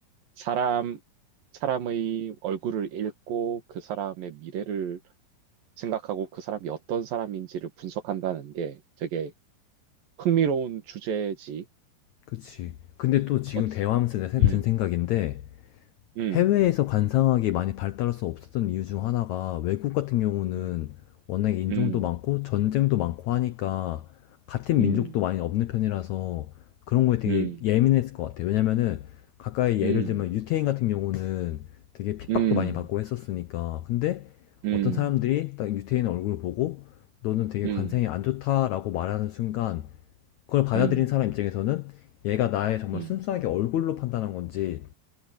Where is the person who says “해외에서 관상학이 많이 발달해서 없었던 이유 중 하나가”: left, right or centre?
Left